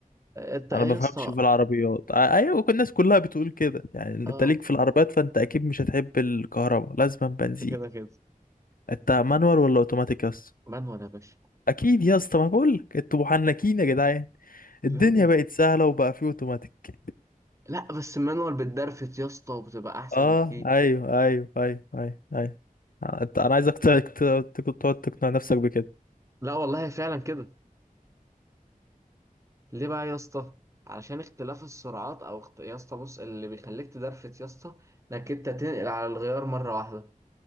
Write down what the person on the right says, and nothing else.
أنت إيه
يا
اسطى
أه
ده كده كده
مانوال يا باشا
ليه؟
لا بس المانوال بتدرفت يا اسطى وبتبقى أحسن
بكتير
لا والله فعلا كده ليه بقى يا اسطى علشان اختلاف السرعات او اخت... يا اسطى بص اللي بيخليك تدرفت يا اسطى انك انت تنقل على الغيار مره واحده